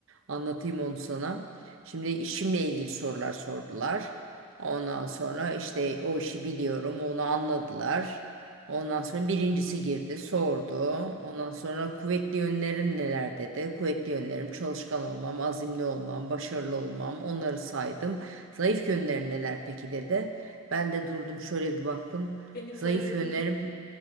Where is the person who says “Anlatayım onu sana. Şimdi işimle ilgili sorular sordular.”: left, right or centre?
Right